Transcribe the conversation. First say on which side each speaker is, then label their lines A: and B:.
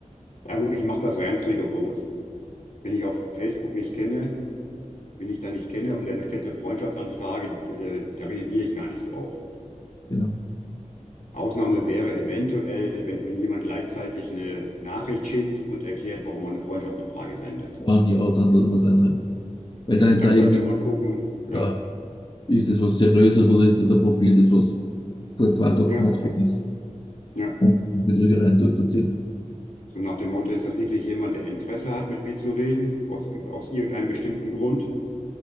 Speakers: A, on the left; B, on the left.
A: Ja gut, ich mache das ganz rigoros. Wenn ich auf Facebook nicht kenne, wenn ich da nicht kenne und dann stellt eine Freundschaftsanfrage, äh, da reagiere ich gar nicht drauf.
B: genau.
A: Ausnahme wäre eventuell, wenn, wenn jemand gleichzeitig eine Nachricht schickt und erklärt, warum man eine Freundschaftsanfrage sendet.
B: Ah, ja, dann lassen wir es einreden. Weil dann ist
A: Dann
B: da irgendwie,
A: könnte man gucken, ja,
B: ja, ist das was Seriöses oder ist das ein Profil, das was vor zwei Tagen
A: ja,
B: gemacht worden ist,
A: ja.
B: um Betrügereien durchzuziehen?
A: So nach dem Motto, ist das wirklich jemand, der Interesse hat, mit mir zu reden, aus, aus irgendeinem bestimmten Grund,